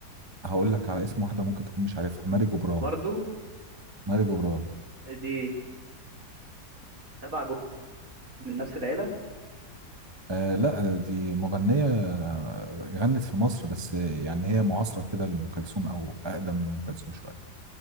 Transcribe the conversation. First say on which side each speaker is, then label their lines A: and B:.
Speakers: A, on the right (about 15°); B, on the right (about 55°).
A: هقول لك على اسم واحده ممكن تكون مش عارفها ماري جبران
B: برضو
A: ماري جبران
B: دي تبع جروب من نفس العيله
A: آه لا آه، دي مغنيه آه، غنت في مصر بس آه، يعني هي معاصره كده لام كلثوم او اقدم من ام كلثوم شويه